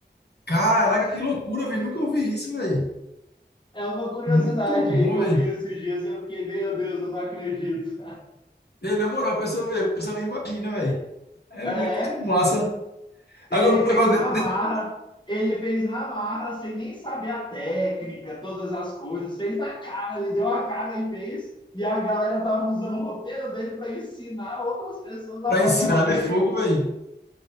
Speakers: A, on the left; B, on the left.
A: caraca, que loucura, velho, nunca ouvi isso, velho.
B: É uma curiosidade
A: Muito bom,
B: aí que eu
A: velho.
B: vi esses dias e eu fiquei, meu Deus, eu não acredito.
A: E, na moral, a pessoa vê, a pessoa nem imagina, velho. É
B: É,
A: muito massa.
B: ele
A: Agora,
B: fez
A: agora
B: na
A: de-
B: marra,
A: de-
B: ele fez na marra sem nem saber a técnica, todas as coisas, fez na cara, ele deu a cara e fez. E a galera tava usando o roteiro dele para ensinar outras pessoas a
A: pra
B: fazer
A: ensinar,
B: roteiro.
A: né? Fogo, velho.